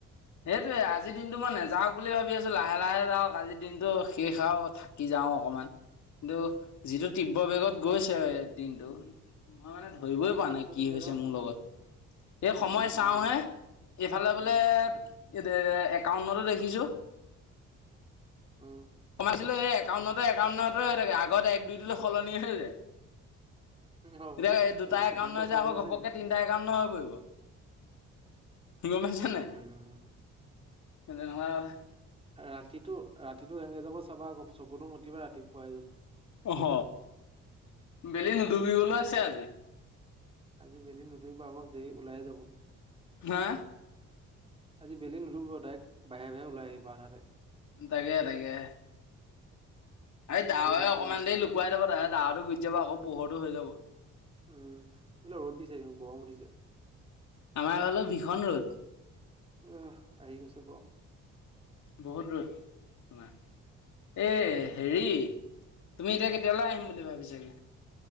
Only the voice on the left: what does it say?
সেইটোয়ে আজি দিনটো মই নাযাওক বুলি ভাবি আছো লাহে লাহে যাওক আজি দিনটো শেষ আৰু থাকি যাও অকমান কিন্তু যিটো তিব্ৰ বেগত গৈছে দিনটো মানে ধৰিবই পৰা
নাই কি
হৈছে
মোৰ
লগত
এই
সময়
চাওঁ
হে এইফালে
বোলে এইটো একাউন্টতে দেখিছো
আছিলো এই একাউন্নত একাউন্নতে হৈ থাকে আগত এক দুইটোলৈ সলনি হৈ যায়
এতিয়া দুটা
একাউন্ট ন
যে আকৌ
ঘপককে
তিনটা একাউন্ট হৈ পৰিব গমপাইছা নে নাই
<unintelligible>
আহ বেলি নুধুবিবলৈ আছে আজি
হা
তাকে তাকে এই দাৱে
অকণমান
দেৰি লুকুৱাই থাব তাহতে দাহতটো গুচি যাব আকৌ পোহৰটো হৈ যাব
আমাৰ এগালত ভীষণ ৰ'দ
বহুত ৰ'ত তোমাৰ এ হেৰি তুমি এতিয়া কেতিয়ালৈ আহিম বুলি ভাবিছাগে